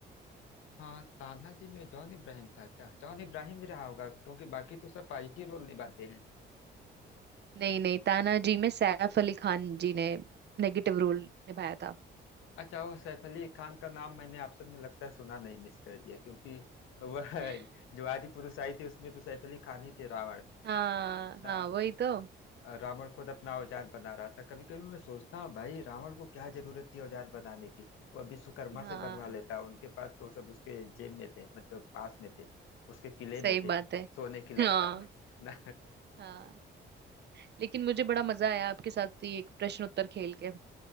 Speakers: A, on the left; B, on the right.
A: हाँ तान्हाजी में जॉन इब्राहिम था क्या जॉन इब्राहिम ही रहा होगा क्योंकि बाकी तो सब पॉजिटिव रोल निभाते हैं
B: नहीं नहीं तानाजी में सैफ अली खान जी ने नेगेटिव रोल निभाया था
A: अच्छा वो सैफ अली खान का नाम मैंने ऑप्शन में लगता है सुना नहीं मिस कर दिया क्योंकि वह
B: <laughs>
A: <laughs> जो आदि पुरुष आई थी उसमें तो सैफ अली खान ही थे रावण
B: हाँ
A: ना
B: हाँ वही तो
A: रावण खुद अपना औजार बना रहा था कभी कभी मैं सोचता हूँ भाई रावण को क्या जरूरत थी औजार बनाने की वह विश्वकर्मा
B: हाँ
A: से बनवा लेता उनके पास तो सब उसके जेब में थे मतलब पास में थे उसके किले
B: सही
A: में
B: बात
A: थे
B: है
A: सोने की लंका
B: हाँ
A: में <laughs> ना
B: हाँ लेकिन मुझे बड़ा मजा आया आपके साथ ये प्रश्न उत्तर खेल के